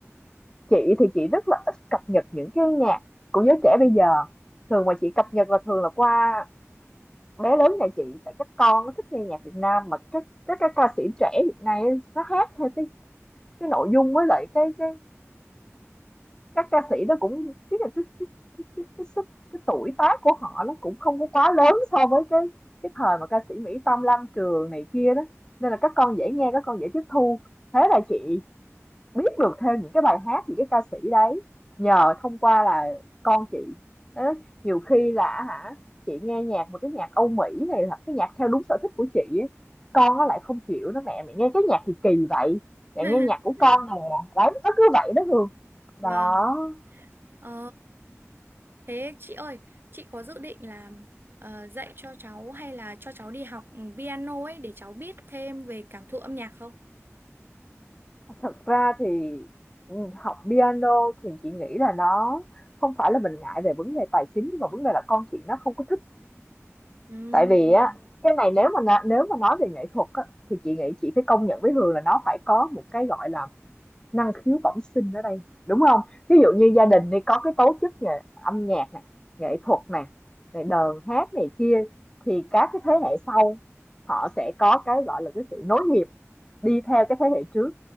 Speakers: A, on the left; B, on the right.
A: chị thì chị rất là ít cập nhật những cái nhạc của giới trẻ bây giờ. Thường mà chị cập nhật là thường là qua bé lớn nhà chị tại các con nó thích nghe nhạc Việt Nam mà các các các ca sĩ trẻ hiện nay ấy, nó hát theo cái cái nội dung với lại cái cái các ca sĩ nó cũng cái cái cái cái cái cái, sức, cái tuổi tác của họ nó cũng không có quá lớn so với cái cái thời mà ca sĩ Mỹ Tâm Lam Trường này kia đó nên là các con dễ nghe các con dễ tiếp thu thế là chị biết được thêm những cái bài hát những cái ca sĩ đấy nhờ thông qua là con chị Thế nhiều khi là hả chị nghe nhạc một cái nhạc Âu Mỹ này là cái nhạc theo đúng sở thích của chị ấy. con nó lại không chịu nó mẹ mẹ nghe cái nhạc thì kỳ vậy mẹ
B: <laughs>
A: nghe nhạc của con nè đấy nó cứ vậy đó Hương đó
B: Vâng. Ờ. Thế chị ơi, chị có dự định là ờ, dạy cho cháu hay là cho cháu đi học ừ, piano ấy để cháu biết thêm về cảm thụ âm nhạc không?
A: Thật ra thì, ừm, học piano thì chị nghĩ là nó không phải là mình ngại về vấn đề tài chính nhưng mà vấn đề là con chị nó không có thích.
B: Ừm,
A: Tại vì á cái này nếu mà na- nếu mà nói về nghệ thuật á thì chị nghĩ chị phải công nhận với Hường là nó phải có một cái gọi là năng khiếu bẩm sinh ở đây, đúng không? Thí dụ như gia đình đi có cái tố chất về âm nhạc này, nghệ thuật này, này đờn hát này kia thì các cái thế hệ sau họ sẽ có cái gọi là cái sự nối nghiệp đi theo cái thế hệ trước